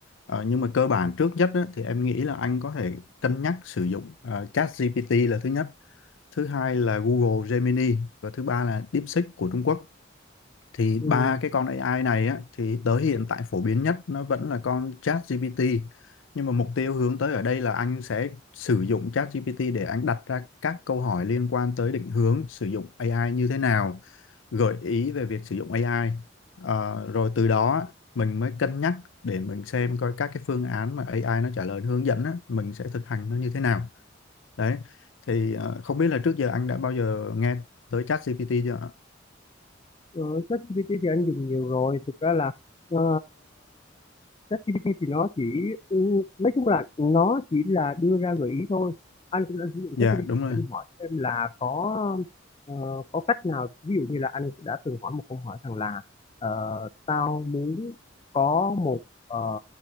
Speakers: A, on the left; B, on the left.
A: Ờ, nhưng mà cơ bản trước nhất á, thì em nghĩ là anh có thể cân nhắc sử dụng ờ, ChatGPT là thứ nhất, thứ hai là Google Gemini và thứ ba là DeepSeek của Trung Quốc. thì
B: ừ.
A: ba cái con AI này á thì tới hiện tại phổ biến nhất nó vẫn là con ChatGPT nhưng mà mục tiêu hướng tới ở đây là anh sẽ sử dụng ChatGPT để anh đặt ra các câu hỏi liên quan tới định hướng sử dụng AI như thế nào gợi ý về việc sử dụng AI Ờ, rồi từ đó á, mình mới cân nhắc để mình xem coi các cái phương án mà AI nó trả lời hướng dẫn á, mình sẽ thực hành nó như thế nào đấy thì ờ, không biết là trước giờ anh đã bao giờ nghe tới ChatGPT chưa ạ?
B: Ờ, ChatGPT thì anh dùng nhiều rồi thực ra là ờ, ChatGPT thì nó chỉ ừ, nói chung là nó chỉ là đưa ra gợi ý thôi anh cũng đã sử dụng
A: Dạ
B: ChatGPT
A: đúng
B: để
A: rồi
B: anh hỏi xem là có ờ, có cách nào ví dụ như là anh đã từng hỏi một câu hỏi rằng là ờ, tao muốn có một ờ,